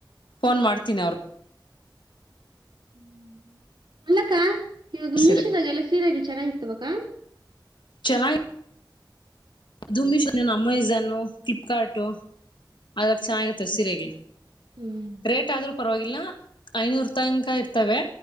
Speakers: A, on the left (about 75°); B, on the right (about 65°).
A: ಫೋನ್ ಮಾಡ್ತೀನಿ ಅವ್ರ್.
B: ಹ್ಮ್ ಅಲ್ಲಕ್ಕ. ಇವಾಗ
A: ಸಿರೆ
B: ಮಿಶೋದಾಗ್ ಎಲ್ಲ ಸೀರೆಗಳ್ ಚನ್ನಾಗಿರ್ ತಿವಕ್ಕ.
A: ಚೆನ್ನಾಗ್. ಅದು ಮೀಶೋ ಅಮೈಜೋನು ಫಿಲ್ಪ್ಕರ್ಟು. ಅದ್ರಗ್ ಚೆನ್ನಾಗಿರುತ್ತೆ ಸೀರೆಗಳ್
B: ಹ್ಮ್
A: ರೇಟ್ ಆದ್ರೂ ಪರ್ವಾಗ್ ಇಲ್ಲ ಐನೂರ್ ತಂಕ ಇರ್ತವೆ.